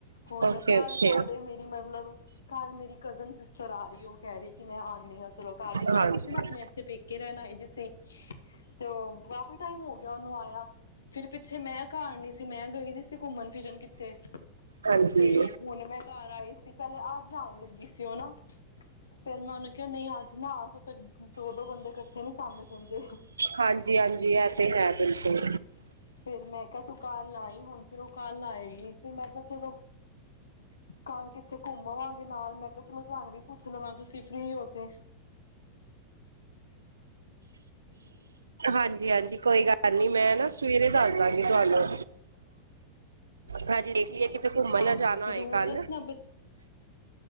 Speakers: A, on the left (about 70°); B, on the right (about 75°).
A: ਹੁਣੈਂ
B: ਓਕੇ
A: ਕੱਲ
B: ਓਕੇ
A: ਕਹਿੰਦੇ ਮੇਰੀ ਮਤਲਬ ਕੱਲ੍ਹ ਮੇਰੀ ਕਜ਼ਨ ਸਿਸਟਰ ਆ ਉਹ ਕਹਿ ਰਹੀ ਕਿ ਮੈਂ ਆਉਂਦੀ ਹਾਂ ਚਲੋ ਘਰ ਉਹ ਆਈ
B: ਹਾਂਜੀ
A: ਦੀ ਸੀ ਨਾ ਆਪਣੇ ਇੱਥੇ ਪੇਕੇ ਰਹਿਣ ਆਈ ਦੀ ਸੀ। ਤੇ ਉਹ ਕਾਫੀ ਟਾਈਮ ਹੋ ਗਿਆ ਉਹਨੂੰ ਆਇਆ ਫਿਰ ਪਿੱਛੇ ਮੈਂ ਘਰ ਨੀ ਸੀ ਮੈਂ ਗਈ ਸੀ ਸੀ ਘੁੰਮਣ ਫਿਰਨ ਕਿੱਥੇ
B: ਹਾਂਜੀ
A: ਤੇ ਹੁਣ ਮੈਂ ਘਰ ਆਈ ਸੀ ਪਹਿਲੇ ਆਹ ਜਾਣ ਲੱਗੀ ਸੀ ਉਹ ਨਾ ਫੇਰ ਮੈਂ ਉਹਨੇ ਕਿਹਾ ਨਹੀਂ ਅੱਜ ਨਾ ਆ ਤ ਫੇਰ ਦੋ ਦੋ ਬੰਦੇ ਇਕੱਠੇ ਨੀ ਸਾਮੇ ਜਾਦੇ
B: ਹਾਂਜੀ ਹਾਂਜੀ ਇਹ ਤੇ ਹੈ ਬਿਲਕੁਲ
A: ਫੇਰ ਮੈਂ ਕਿਹਾ ਤੂੰ ਕੱਲ ਆਈ ਹੁਣ ਫਿਰ ਉਹ ਕੱਲ ਆਏਗੀ ਫਰ ਮੈਂ ਕਿਹਾ ਚਲੋ ਕੱਲ ਕਿੱਥੇ ਘੁੰਮਵਾਂਗੇ ਨਾਲ ਮੈਂ ਕਿਹਾ ਚਲੋ ਤੁਹਾਨੂੰ ਵੀ ਪੁੱਛ ਲਵਾਂ ਤੁਸੀਂ ਫ੍ਰੀ ਹੋ ਤੇ
B: ਹਾਂਜੀ ਹਾਂਜੀ ਕੋਈ ਗੱਲ ਨੀ ਮੈਂ ਨਾ ਸਵੇਰੇ ਦੱਸ ਦਾਗੇ ਤੁਹਾਨੂੰ ਹਾਂਜੀ ਦੇਖ ਲਈਏ ਕਿ ਤੇ ਘੁੰਮਣ
A: ਹਾਂਜੀ
B: ਲ ਜਾਣਾ
A: ਜ਼ਰੂਰ
B: ਏ ਕੱਲ
A: ਦੱਸਣਾ
B: <inaudible>
A: ਬੱਚ